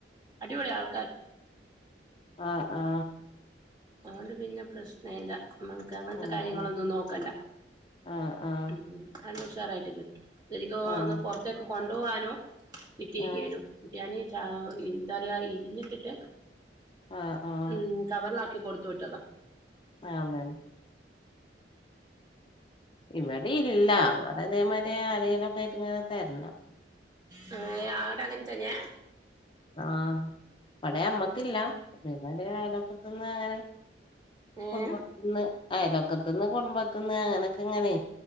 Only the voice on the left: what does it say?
അ ആ
ആഹ്
ആഹ്
ആഹ് ആഹ്
ആഹ്
ആഹ് ആഹ്
ആഹ് ആഹ്
ആ അതന്നെ ഇവിടെ ഇല്ല ഇവടെ ഇതെമാതിരി ആരെങ്കിലോക്കെ ആയിട്ട് ഇങ്ങനെ തരണം
ആ ഇവടെ ഞമ്മക്കില്ല ഇതെപോലെ അയലോക്കത്ത്ന്ന് അങ്ങനെ
കുടുംബത്തിന്ന് അയലോക്കത്തന്ന് കുടുംബത്തിന്ന് അങ്ങനെയോക്കെ ഇങ്ങനെ